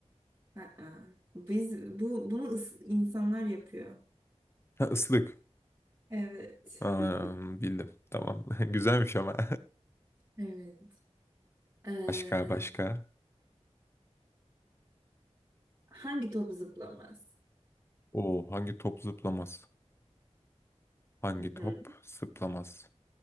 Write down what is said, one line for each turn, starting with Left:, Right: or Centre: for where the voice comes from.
Right: Aa, biz bu bunu ıs- insanlar yapıyor.
Left: Ha, ıslık.
Right: Evet.
Left: Aa,
Right: <laughs>
Left: bildim. Tamam. <laughs> Güzelmiş ama.
Right: Evet.
Left: <laughs>
Right: Ee,
Left: Başka başka.
Right: hangi top zıplamaz?
Left: O hangi top zıplamaz? Hangi
Right: Hı hı.
Left: top zıplamaz?